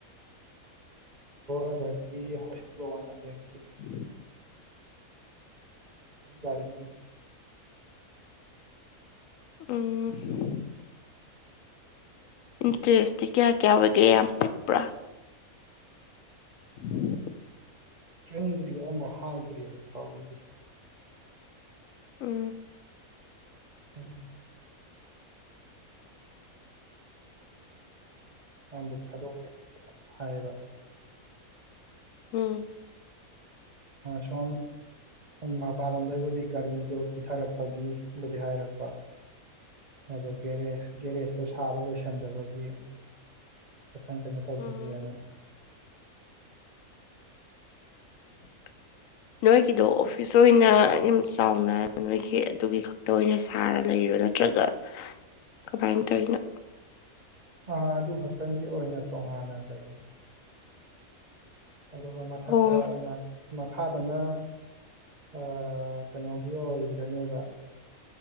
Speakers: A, on the right (about 35°); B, on the left (about 70°).
A: ꯑꯗꯒꯤ ꯍꯧꯛꯂꯣꯟ ꯑꯗꯒꯤ
B: ꯎꯝ
A: ꯔꯒꯤ
B: ꯎꯝ ꯏꯟꯇꯔꯦꯁꯇꯤ ꯀꯌꯥ ꯀꯌꯥ ꯑꯣꯏꯒꯦ ꯌꯥꯝ ꯄꯤꯛꯄ꯭ꯔꯥ ꯎꯝ
A: ꯆꯪꯗ꯭ꯔꯤ ꯑꯃꯕꯨ ꯍꯥꯏꯗ꯭ꯔꯤ ꯍꯧꯖꯤꯛ ꯐꯥꯎꯒꯤꯗꯤ
B: ꯎꯝ
A: <inaudible> ꯕꯨ ꯊꯥꯗꯣꯛ ꯍꯥꯏꯕ
B: ꯎꯝ
A: ꯁꯝ ꯃꯄꯥꯟ ꯂꯝꯗꯒꯤꯕꯨꯗꯤ ꯒꯥꯔꯤꯗꯣ ꯄꯤꯊꯔꯛꯄꯒꯤꯕꯨꯗꯤ ꯍꯥꯏꯔꯛꯄ ꯑ ꯦꯦꯖ ꯒꯦꯔꯦꯖꯇꯣ ꯁꯥꯕ ꯂꯣꯏꯁꯤꯟꯗꯕꯒꯤ ꯈꯤꯊꯪ ꯀꯩꯅꯣ ꯇꯧꯕꯤꯒꯦꯅ
B: ꯎꯝ <inaudible> ꯅꯣꯏꯒꯤꯗꯣ ꯑꯣꯐꯤꯁ ꯑꯣꯏꯅ ꯌꯥꯝ ꯆꯥꯎꯅ ꯅꯣꯏꯒꯤ ꯑꯗꯨꯒꯤ ꯈꯛꯇ ꯑꯣꯏꯅ ꯁꯥꯔ ꯂꯩꯔꯨ ꯅ ꯅꯠꯇ꯭ꯔꯒ ꯀꯃꯥꯏꯅ ꯇꯧꯅꯣ
A: ꯑꯥ ꯑꯗꯨ ꯈꯛꯇꯪꯒꯤ ꯑꯣꯏꯅ ꯇꯣꯉꯥꯟꯅ ꯂꯩꯌꯦ ꯑꯗꯨꯒ ꯃꯊꯛꯇ
B: ꯑꯣ
A: ꯃꯈꯥꯗꯅ ꯑ ꯀꯩꯅꯣꯒꯤ ꯑꯣꯏꯔꯅꯦꯕ